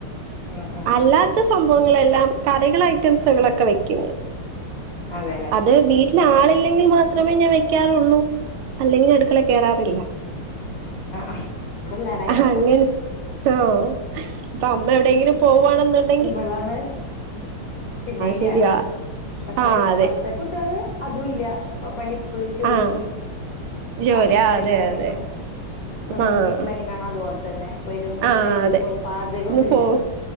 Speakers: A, on the left; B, on the right.
A: ആഹ് ആഹ്
B: അല്ലാത്ത
A: ആഹ്
B: സംഭവങ്ങളെല്ലാം കറികൾ ഐറ്റംസുകളൊക്കെ വെ ക്കും ഞാൻ
A: അതെല്ലേ
B: അത് വീട്ട് പിന്നെ ആളില്ലെങ്കിൽ മാത്രമേ ഞാൻ വെക്കാറുള്ളൂ അല്ലെങ്കിൽ അടുക്കളെ കയറാറില്ല
A: ആഹ് ആഹ് അതെല്ലാരും അങ്ങനെയാണല്ലോ
B: അങ്ങനെ ആഹ് അമ്മ എവിയെങ്കിലും പോകവാണെന്നുണ്ടെങ്കിൽ
A: അള്ളാണെ പിന്നേം
B: ശരിയാ
A: കേറാ പക്ഷെ
B: ആഹ്
A: ഇപ്പൾത്തെ
B: അതെ
A: കുട്ടികള് അതൂല്ലാ ഇപ്പ പഠി പ്പ് ജോലി
B: ആഹ് ജോലി
A: അവരേതായ
B: ആഹ് അതെ
A: കാര്യങ്ങള്
B: അതെ
A: സ്വന്തം
B: ആഹ്
A: വീട്ടിലെങ്ങനാണോ അതു പോലെ തന്നെ വെരുന്നു
B: ആഹ്
A: കഴിക്കുന്നു
B: അതെ
A: പാചകൊന്നുല്ലാ
B: ഇന്ന് പോ